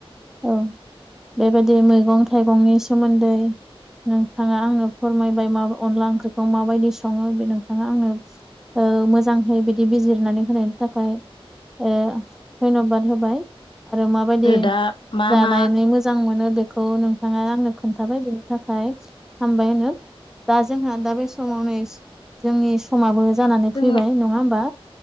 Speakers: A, in the centre; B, on the left (about 55°).
A: औ बेबायदिनो मैगं थाइगंनि सोमोन्दै नोंथाङा आंनो फोरमायबाय मा अनला ओंख्रिखौ माबायदि सङो बे नोंथाङा आंनो ओ मोजांहै बिदि बिजिरनानै होनायनि थाखाय ओ धन्यबाद होबाय आरो माबायदि
B: दा मा
A: जानानै
B: मा
A: मोजां मोनो बेखौ नोंथाङा आंनो खोन्थाबाय बेनि थाखाय हामबाय होनो दा जोंहा दा बे समावनो जोंनि समाबो जानानै
B: जोङो
A: फैबाय नङा होमबा